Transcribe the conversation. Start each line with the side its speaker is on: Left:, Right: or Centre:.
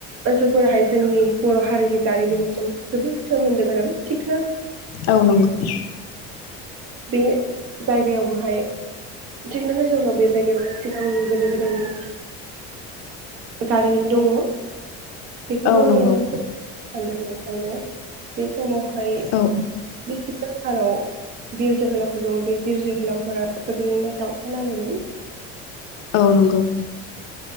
Right: ओनसोलफोराहाय जोंनि बर' हारिनि जारिमिनजों बेफोर सोमोन्दो गोनां सिग
Left: औ नंगो।
Right: बे जायगायावबोहाय जकनो ज बे जायगयाव सिगां गोदो गोदायनि जारिमिन दङ। बेखौबो
Left: औ नंगौ औ नंगौ
Right: आङो फोर सानदो नोंथांनो बे समावहाय
Left: औ
Right: बे सिख्ला सानाव बिर जोहोलावफोर दङ बि बिर जोहोलावफोरा जोबोरैनो दावहा नाङोमोन ‌।
Left: औ नंगौ ‌।